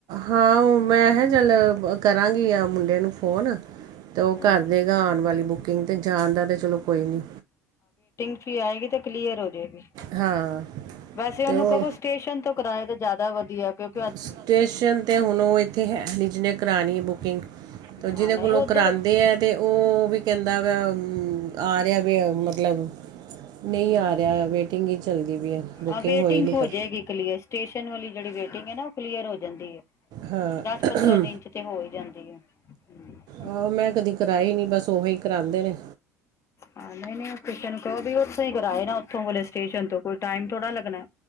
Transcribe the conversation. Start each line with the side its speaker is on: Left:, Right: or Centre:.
Right: ਹਾਂ ੳਹ ਮੈਂ ਕਿਹਾ ਚੱਲ ਕਰਾਂਗੀ ਆ ਮੁੰਡੇ ਨੂੰ ਫੋਨ ਤਾਂ ਉਹ
Left: ਹੂੰ,
Right: ਕਰ ਦੇਗਾ ਆਨ ਵਾਲੀ ਬੁਕਿੰਗ ਤੇ ਜਾਨ ਦਾ ਤੇ ਚਲੋ ਕੋਈ ਨਹੀਂ
Left: ਗੱਡੀ ਆਏਗੀ ਤੇ ਕਲੀਅਰ ਹੋ ਜਾਏਗੀ
Right: ਹਾਂ
Left: ਵੈਸੇ
Right: ਤੇ
Left: ਉਹਨੂੰ
Right: ਉਹ
Left: ਕਹੋ ਸਟੇਸ਼ਨ ਤੋਂ ਕਿਰਾਏ ਤੇ ਜ਼ਿਆਦਾ ਵਧੀਆ ਕਿਉਂ ਕ
Right: ਸਟੇਸ਼ਨ 'ਤੇ ਹੂੰਨ ੳਹ ਈ ਉੱਥੇ ਹੈ ਨੀ ਜਿਹਨੇ ਕਰਾਨੀ ਏ ਬੁਕਿੰਗ ਤਾਂ ਜਿਹਦੇ
Left: ਹਾਂ ਨਹੀਂ
Right: ਕੋਲੋਂ
Left: ਉੱਧਰ
Right: ਕਰਾਂਦੇ ਹੈ ਤੇ ਉਹ ਵੀ ਕਹਿੰਦਾ ਵਾ ਆ ਰਿਹਾ ਵੇ ਮਤਲਬ ਨਹੀਂ
Left: ਹਮ
Right: ਆ ਰਿਹਾ ਵੇਟਿੰਗ ਈ ਚੱਲਦੀ ਪਈ ਏ ਬੁਕਿੰਗ
Left: ਆ ਵੇਟਿੰਗ
Right: ਹੋਈ ਨਹੀਂ
Left: ਹੋ
Right: ਕਰ
Left: ਜਾਏਗੀ ਕਲੀਅਰ ਸਟੇਸ਼ਨ ਵਾਲੀ ਜਿਹੜੀ ਵੇਟਿੰਗ ਹੈ ਨਾ ਉਹ ਕਲੀਅਰ ਹੋ ਜਾਂਦੀ ਏ
Right: ਹਾਂ
Left: ਦਸ ਪੰਦਰਾਂ ਦਿਨ ਚ ਤੇ ਹੋ ਹੀ ਜਾਂਦੀ ਏ ਤੇ
Right: ਆਹੋ ਮੈਂ ਕਦੀ ਕਰਵਾਈ ਨੀ ਬਸ ਓਹੀ ਹੀ ਕਰਾਉਂਦੇ ਨੇ
Left: ਹਾਂ ਨਹੀਂ ਨਹੀਂ ਕਿਸੇ ਨੂੰ ਕਹੋ ਉਥੇ ਹੀ ਕਰਏ ਨਾ ਉਥੋਂ ਉਹ ਵਾਲ਼ੇ ਸਟੇਸ਼ਨ ਤੋਂ ਕੋਈ ਟਾਈਮ ਥੋੜ੍ਹਾ ਲੱਗਣਾ।